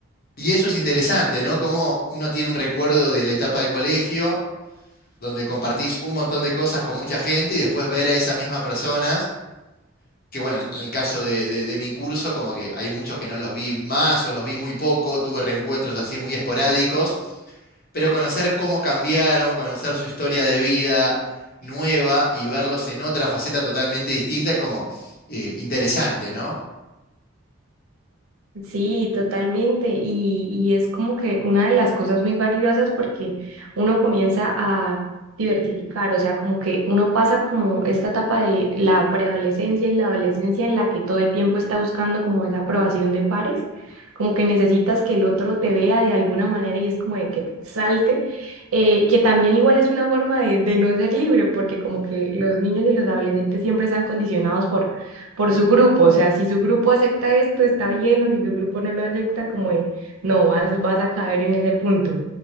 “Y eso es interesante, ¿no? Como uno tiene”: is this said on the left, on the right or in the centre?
Left